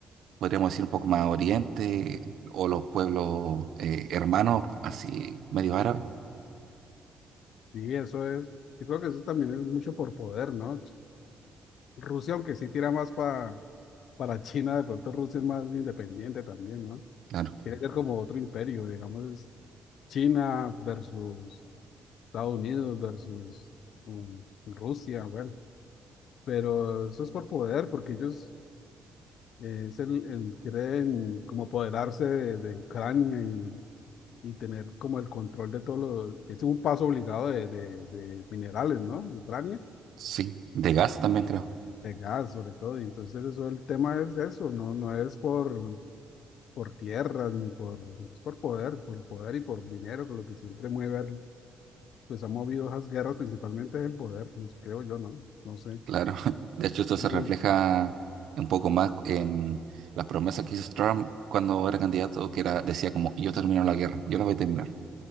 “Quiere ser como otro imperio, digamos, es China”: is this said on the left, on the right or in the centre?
Left